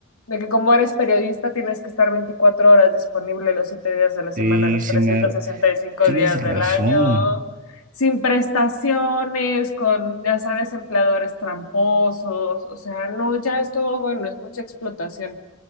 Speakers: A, on the left; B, on the right.
A: de que como eres periodista tienes que estar 24 horas disponible los 7 días de la semana,
B: sí,
A: los
B: se
A: trescientos
B: me...
A: sesenta y cinco
B: Tienes
A: días
B: razón.
A: del año, sin prestaciones, con, ya sabes, empleadores tramposos, o sea, no, ya estuvo bueno, es mucha explotación.